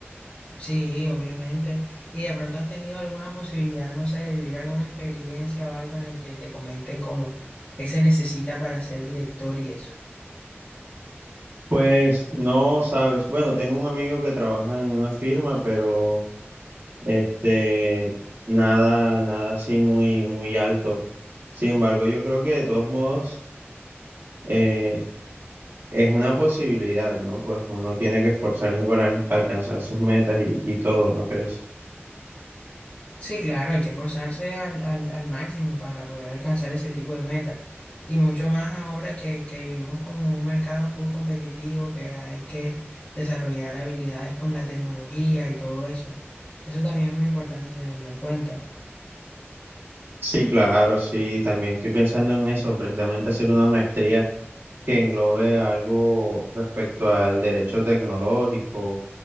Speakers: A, on the left; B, on the right.
A: Sí, obviamente. Y de pronto has tenido alguna posibilidad, no sé, de vivir alguna experiencia o algo en el que te comenten como qué se necesita para ser director y eso.
B: Pues no sabes. Bueno, tengo un amigo que trabaja en una firma, pero este nada, nada así muy, muy alto. Sin embargo, yo creo que de todos modos eh, es una posibilidad, ¿no? Pues uno tiene que esforzarse para en- alcanzar sus metas y, y todo, ¿no crees?
A: Sí, claro, hay que esforzarse al, al, al máximo para poder alcanzar ese tipo de metas. Y mucho más ahora que, que vivimos como un mercado full competitivo, que hay que desarrollar habilidades con la tecnología y todo eso. Eso también es muy importante tenerlo en cuenta.
B: Sí, claro, sí, también estoy pensando en eso, precisamente hacer una maestría que englobe algo respecto al derecho tecnológico